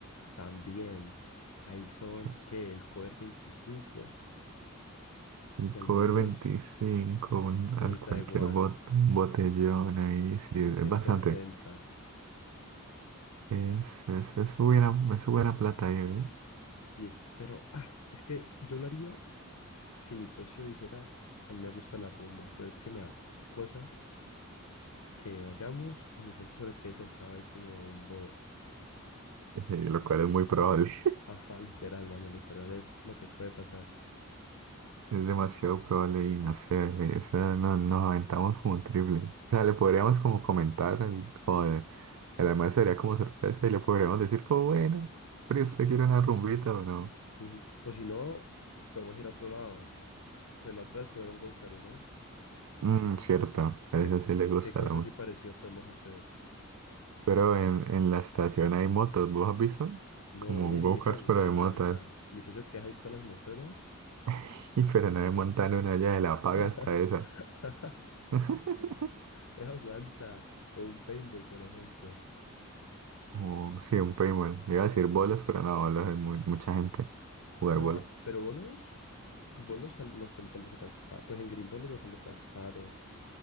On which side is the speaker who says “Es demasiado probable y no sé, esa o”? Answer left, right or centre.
Right